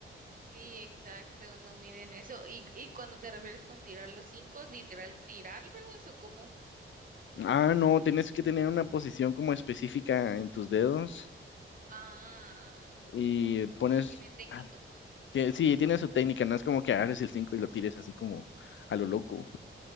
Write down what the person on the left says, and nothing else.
Ah, no, tienes que tener una posición como específica en tus dedos
y
pones...
ah, tie- Sí, tiene su técnica, no es como que agarres el 5 y lo tires así como a lo loco.